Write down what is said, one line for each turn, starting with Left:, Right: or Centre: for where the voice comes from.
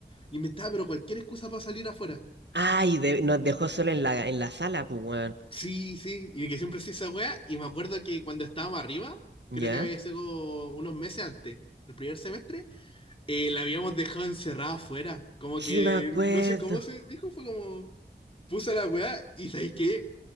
Left: inventaba, pero cualquier excusa para salir afuera.
Right: Ay, de- nos dejó solo en la, en la sala, pues weón.
Left: Sí, sí, y que siempre hacía esa wea. Y me acuerdo que cuando estábamos arriba,
Right: ¿Ya?
Left: creo que había sido unos meses antes, el primer semestre, eh, la habíamos dejado encerrada afuera. Como
Right: Sí
Left: que
Right: me acuerdo.
Left: no sé cómo se dijo, fue como, puse la wea, y ¿sabéis qué?